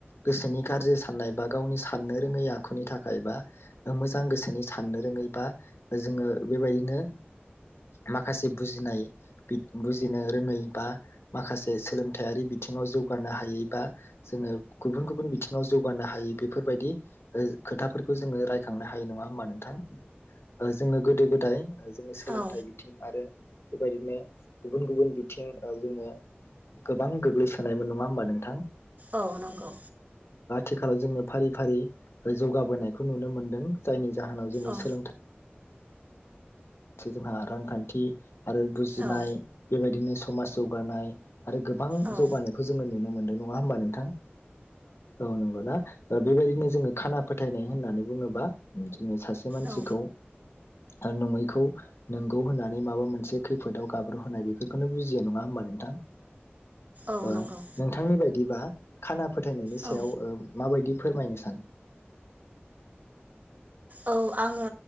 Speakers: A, on the left; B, on the right.
A: गोसोनि गाज्रि साननाय बा गावनि साननो रोङै आखुनि थाखाय बा मोजां गोसोनि साननो रोङै बा जोङो बेबायदिनो माखासे बुजिनाय बुजिनो रोङै बा माखासे सोलोंथायारि बि थिङाव जौगानो हायि बा जोङो गुबुन गुबुन बिथिङाव जौगानो हयि बेफोरबायदि खोथाफोरखौ जोङो रायखांनो हायो नङा होनबा नोंथां जोङो गोदो गोदाय सोलोंथाइ
B: औ
A: बिथिं आरो बेबायदिनो गुबुन गुबुन बिथिं ओ जोङो गोबां गोग्लैसो थानायमोन नङा होमबा नोंथां
B: औ नंगौ।
A: थिखालाव जोङो फारि फारि जौगाबोनायखौ नुनो मोनदों जायनि जाहोनाव जोङो
B: औ
A: सोलोंथाइ से जोंहा रांखान्थि आरो बुजिनाय
B: औ
A: बेबायदिनो समाज जौगानाय आरो गोबां
B: औ
A: जौगानायखौ जोङो नुनो मोनदों नङा होमबा नोंथां औ नंगौना ओ बेबायदिनो जो जोङो खाना फोथायनाय होननानै बुङोबा बिदिनो सासे से मानसिखौ
B: औ
A: आरो नङैखौ नोंगौ होननानै माबा मोनसे खैफोदाव गाब्र' होनाय बेफोरखौनो बुजियो नङा होमबा नोंथां
B: औ
A: ओ
B: नंगौ
A: नोंथांनि बायदिबा खाना फोथायनायनि ओ सायाव
B: औ
A: माबायदि फोरमायनो सानो
B: औ आङो